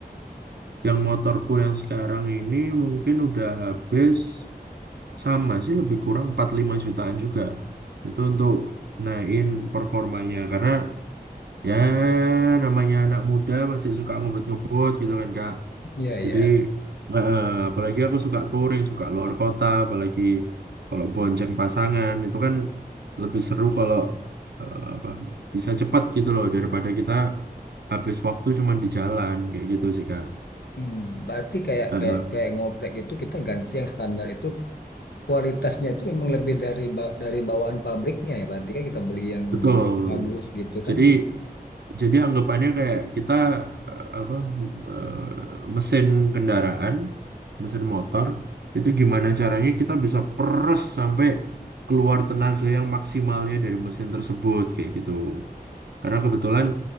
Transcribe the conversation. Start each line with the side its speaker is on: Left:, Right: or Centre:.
Right: Yang motorku yang sekarang ini mungkin udah habis sama sih lebih kurang 45 jutaan juga. Itu untuk naikin performanya karena ya namanya anak muda masih suka ngebut-ngebut gitu kan Kak.
Left: Iya, iya.
Right: Jadi eh, apalagi aku suka touring, suka luar kota, apalagi kalau bonceng pasangan itu kan lebih seru kalau eh, apa bisa cepat gitu loh daripada kita habis waktu cuman di jalan kayak gitu sih Kak.
Left: Hmm, berarti kayak
Right: Eh,
Left: kayak kayak ngoplek gitu kita ganti yang standar itu kualitasnya itu memang lebih dari ba- dari bawaan pabriknya ya berarti kan kita beli yang
Right: betul.
Left: bagus gitu
Right: Jadi
Left: kan
Right: Jadi anggapannya kayak kita eh, apa eh, mesin kendaraan, mesin motor itu gimana caranya kita bisa peres sampai keluar tenaga yang maksimalnya dari mesin tersebut kayak gitu. Karena kebetulan